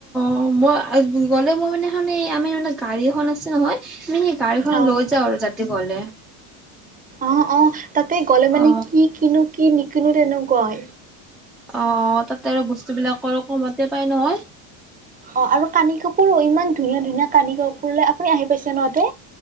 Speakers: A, in the centre; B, on the right.
A: অ মই গলে মোৰ মানে এ আমি মানে গাড়ী এখন আ। ছে নহয় তুমি সেই গাড়ীখন
B: অ'।
A: লৈ যাও আৰু যাতে গ'লে।
B: অ অ তাতে গ'লে
A: অ
B: মানে কি কিনো কি। কিনো তেনেকুৱাই।
A: অ তাতে আৰু বস্তু বিলাক আৰু কমতে পাই নহয়।
B: অ', আৰু কানি কাপোৰো ইমান ধুনীয়া ধুনীয়া কানদি কাপোৰলে আপুনি আহি পাইছে নহতে।